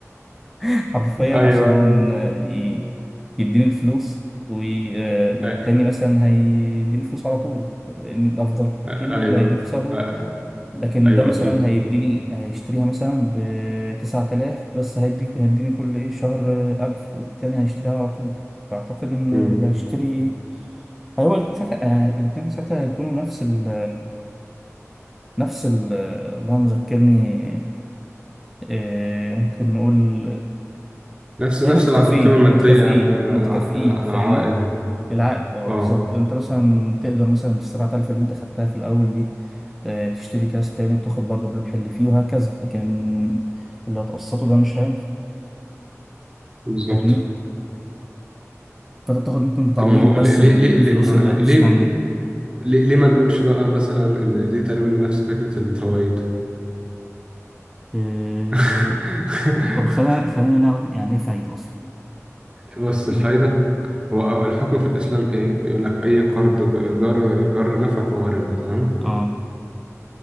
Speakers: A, in the centre; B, on the right.
A: <laughs> حرفيا
B: ايوه
A: عشان
B: ايوه
A: ي- يديني الفلوس وي- والتاني
B: أ-
A: مثلا هيديني الفلوس على طول إن الافضل
B: أ-
A: اكيد اللي
B: ايوه
A: هيديني الفلوس على طول
B: أ-
A: لكن
B: ايوه
A: ده مثلا
B: اكيد
A: هيديني هيشتريها مثلا بتسعة آلاف بس هيديك هيديني كل إيه شهر ألف والتاني هيشتريها على طول فأعتقد إن
B: مم.
A: اللي هيشتري إيه هو ساعتها آه، الاتنين ساعتها هيكونوا نفس ال نفس ال اللهم ذكرني آه، ممكن نقول
B: نفس
A: هيبقوا
B: نفس
A: متكافئين
B: الع- القيمه الماديه
A: متكافئين
B: الع-
A: متكافئين
B: الع-
A: فاهمني
B: العوائد
A: العقد اه
B: اه
A: بالظبط انت مثلا تقدر مثلا بالسبعة آلاف اللي انت خدتها في الاول دي آه، تشتري كاس تاني وتاخد برضو الربح اللي فيه وهكذا لكن اللي هتقسطه ده مش هينفع
B: بالظبط
A: فاهمني فانت بتاخد يمكن تعويض
B: طب ما هو
A: بس
B: ليه ليه
A: للفلوس
B: ليه ليه- ما هو
A: اللي
B: ليه
A: هتستنى دي
B: ليه, ليه ما نقولش بقى مثلا ان دي تقريبا نفس فكرة الفوائد
A: آه،
B: <laughs>
A: طب خلينا خلينا نعرف يعني ايه فايدة اصلا
B: بص
A: <laughs>
B: الفايدة هو أو- الحكم في الإسلام إيه؟ بيقول لك أي قرض ج- جر جر نفع فهو ربا تمام؟
A: اه